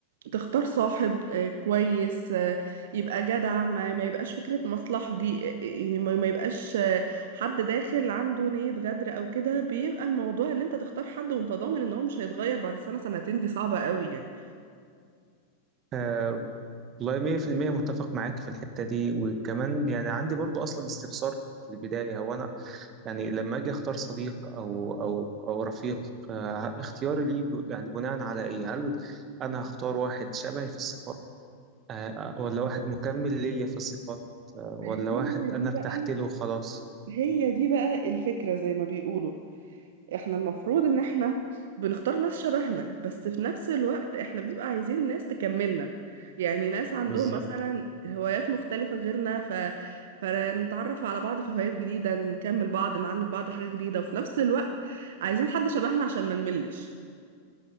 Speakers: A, on the right; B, on the right.
A: تختار صاحب آه، كويس آه، يبقى جدع ما, ما يبقاش فكرة مصلحة دي آه، يعني ما ما يبقاش آه، حد داخل عنده نية غدر او كده بيبقى الموضوع ان انت تختار حد وانت ضامن ان هو مش هيتغير بعد سنة سنتين دي صعبة قوي يعني
B: آه، والله 100% متفق معاك في الحتة دي وكمان يعني عندي برضو أصلا استفسار في البداية هو أنا يعني لما أجي أختار صديق أو أو أو رفيق آه، اختياري ليه ب- يعني بناء على إيه؟ هل أنا هختار واحد شبهي في الصفات آه، ولا واحد مكمل ليا في الصفات آه،
A: ما
B: ولا
A: هي
B: واحد
A: دي
B: أنا ارتحت
A: بقى
B: له خلاص
A: هي دي بقى الفكرة زي ما بيقولوا احنا المفروض ان احنا بنختار ناس شبهنا بس في نفس الوقت احنا بنبقى عايزين ناس تكملنا يعني ناس عندهم
B: بالظبط
A: مثلا هوايات مختلفة غيرنا ف... فنتعرف على بعض في هوايات جديدة نكمل بعض نعلم بعض حاجة جديدة وفي نفس الوقت عايزين حد شبهنا عشان ما نملش